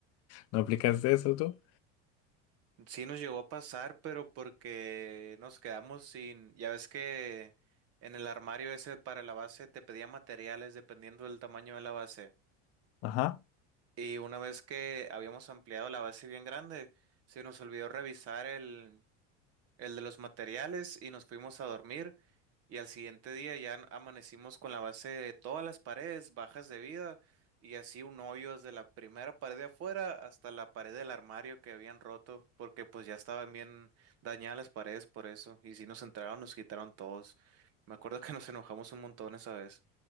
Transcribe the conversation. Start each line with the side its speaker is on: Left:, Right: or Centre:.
Left: ¿No aplicaste eso tú?
Right: Sí nos llegó a pasar, pero porque nos quedamos sin, ya ves que en el armario ese para la base te pedía materiales dependiendo del tamaño de la base.
Left: Ajá.
Right: Y una vez que habíamos ampliado la base bien grande, se nos olvidó revisar el, el de los materiales y nos fuimos a dormir y al siguiente día ya an- amanecimos con la base de todas las paredes bajas de vida y así un hoyo desde la primera pared de afuera hasta la pared del armario que habían roto porque pues ya estaban bien dañadas las paredes por eso y si nos entraron nos quitaron todos. Me acuerdo que nos enojamos un montón esa vez.